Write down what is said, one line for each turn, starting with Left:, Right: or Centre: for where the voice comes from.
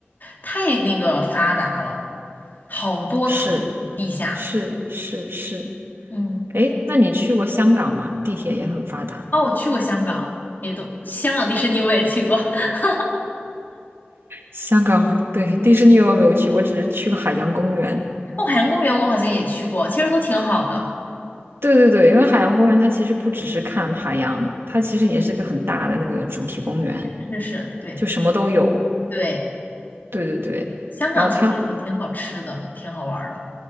Left: 太那个发达了，好多层地下。
Right: 是是是是，
Left: 嗯，
Right: 哎，那你去过香港吗？地铁也很发达。
Left: 哦，我去过香港，也都香港迪士尼我也去过，<laughs> 哦，
Right: 香港，对，迪士尼我没有去，我只是去了海洋公园。
Left: 海洋公园我好像也去过，其实都挺好的。
Right: 对对对，因为海洋公园它其实不只是看海洋，它其实也是个很大的那个主题公园，
Left: 是是是，对。
Right: 就什么都有。
Left: 对，
Right: 对对对，
Left: 香港其实也挺好吃的，
Right: 然后它
Left: 挺好玩儿的。